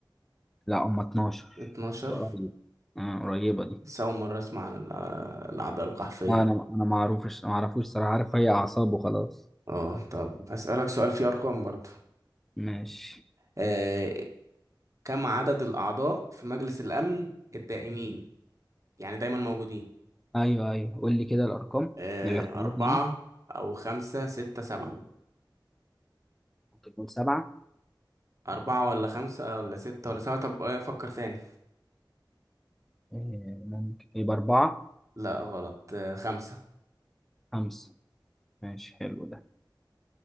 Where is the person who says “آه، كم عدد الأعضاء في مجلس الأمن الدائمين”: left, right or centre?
Right